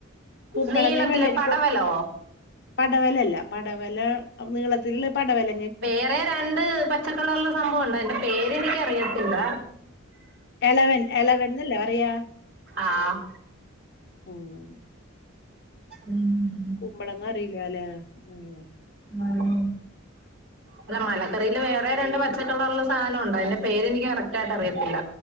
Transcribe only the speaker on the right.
നീളത്തിലെ
പടവലോ
വേറെ രണ്ട് പച്ചക്കളറുള്ള സംഭവുണ്ട് അതിന്റ പേര് എനിക്കറിയത്തില്ല
ആഹ്
ഉം
ആഹ് അല്ല മലക്കറിൽ വേറെ രണ്ട് പച്ചക്കളറിലെ സാധനം ഉണ്ട് അതിന്റെ പേര് എനിക്ക് കറക്റ്റായിട്ട് അറിയത്തില്ല